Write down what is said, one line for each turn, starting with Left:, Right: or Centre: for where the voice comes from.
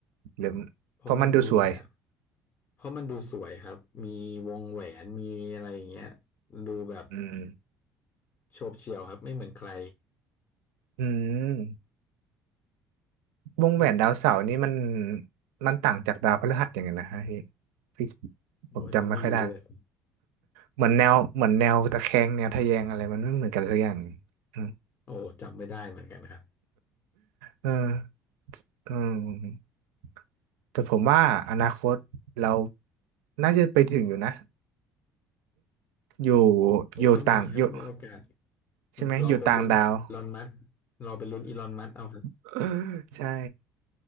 Right: หรือ
Left: เพราะมันดูแบบ
Right: เพราะมันดูสวย
Left: เพราะมันดูสวยครับ มีวงแหวนมีอะไรอย่างเงี้ยดูแบบ
Right: อืม
Left: โฉบเฉี่ยวครับ ไม่เหมือนใคร
Right: อืมวงแหวนดาวเสาร์นี่มัน
Left: อืม
Right: มันต่างจากดาวพฤหัสยังไงนะฮะพี่พี่
Left: โอ้อันนี้ไม่รู้เลย
Right: ผมจำไม่ค่อยได้เหมือนแนวเหมือนแนวตะแคงแนวทะแยงอะไรมันไม่เหมือนกันสักอย่าง <laughs> อืม
Left: โอ้จำไม่ได้เหมือนกันครับ
Right: เอออืมแต่ผมว่าอนาคตเราน่าจะไปถึงอยู่นะอยู่
Left: ผมว่ามีครับ
Right: อยู่ต่างอยู่
Left: มีโอกาส
Right: ใช่ไหมอยู่ต่างดาว
Left: เราไปลุ้นกับอีลอนมัสก์เราไปลุ้นอีลอนมัสก์เอาครับ
Right: <laughs> ใช่